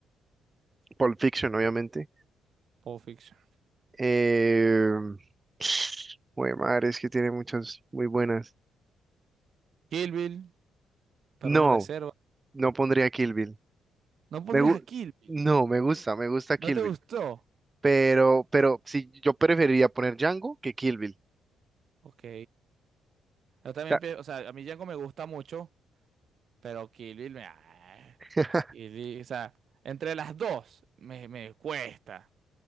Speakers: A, on the right; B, on the right.
A: Pulp Fiction, obviamente.
B: Pulp Fiction.
A: Eh, <sniffs> madre, es que tiene muchas muy buenas.
B: Kill Bill, Perros
A: No,
B: de Reserva.
A: no pondría Kill Bill.
B: No pondrías
A: Me gu-
B: a Kill Bill.
A: no, me gusta, me gusta
B: ¿No
A: Kill
B: te
A: Bill,
B: gustó?
A: pero, pero sí, yo preferiría poner Django que Kill Bill.
B: Ok. Yo también,
A: Ya,
B: pi- o sea, a mí Django me gusta mucho. Pero Kill Bill, me- ah,
A: <laughs>
B: Kill Bill, o sea, entre las dos me, me cuesta.